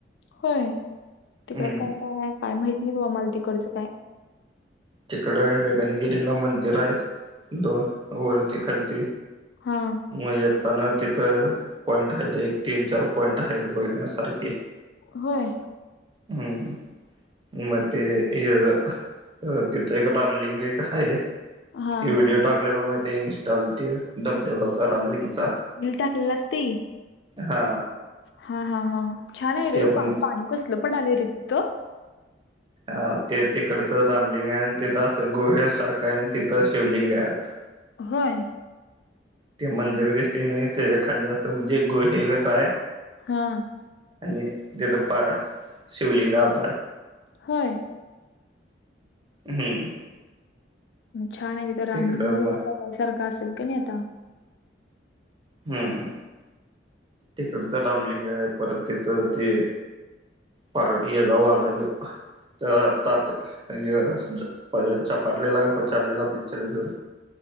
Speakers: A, on the left; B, on the right.
A: होय तिकड
B: हम्म
A: काय, काय आहे काय माहित नाही बा मला तिकडचं काय.
B: तिकडं का गगनगिरीला मंदिर आहेत दोन वरती खालती.
A: हा.
B: मग येताना तिथं पॉइंट आहेत एक, तीन, चार पॉईंट आहेत बघण्यासारखे.
A: होय.
B: हम्म म ते याच. अ तिथं एक रामलिंग एक आहे.
A: हा
B: ते व्हिडिओ टाकलेला माहिती आहे इन्स्टॉल ते धबधबाचा रामलिंगचा
A: मल टाकलेला असते
B: हा
A: हा हा हा छान आहे
B: ते
A: रे
B: पण
A: पाणी कसलं पण आलंय रत
B: अ ते तिकडचं रामलिंग आहे आणि तिथं अस गुहे सारखं आहे तिथं शिवलिंग आहेत
A: होय
B: ते मंदिर दिसते नाही त्याच्या खाली असं म्हणजे गोहेगत आहे.
A: हा.
B: आणि तिथं प शिवलिंग आहेत.
A: होय.
B: हम्म
A: छान आहे तिथं रामलिंग
B: तिकडं मग
A: जायसारखं असेल का नाही आता
B: हम्म तिकडचं रामलिंग आहे परत तिथं त पा यदा वाढा तत अ चपाटलेला पचारलेला पिक्चरर